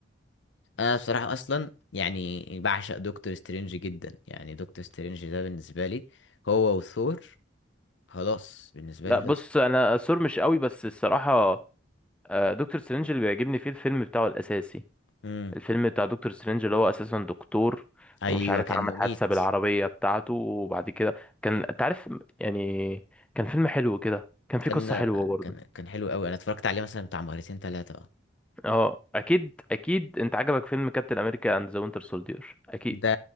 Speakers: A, on the left (about 70°); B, in the centre.
A: انا بصراحه اصلا يعني بعشق دكتور سترينج جدا يعني دكتور سترينج ده بالنسبه لي هو وثور خلاص بالنسبه
B: لا
A: لي خلصت
B: بص انا سور مش قوي بس الصراحه آه، دكتور سترينج اللي بيعجبني فيه الفيلم بتاعه الاساسي
A: امم
B: الفيلم بتاع دكتور سترينج اللي هو اساسا دكتور
A: ايوه
B: ومش عارف
A: كان
B: عمل
A: مميت
B: حادثه بالعربيه بتاعته وبعد كده كان انت عارف يعني كان فيلم حلو كده كان فيه
A: كان
B: قصه حلوه برضه
A: كان كان حلو قوي انا اتفرجت عليه مثلا بتاع مرتين ثلاثه اه
B: اه اكيد اكيد انت عجبك فيلم كابتن امريكا اند ذا وينتر سولدير اكيد
A: ده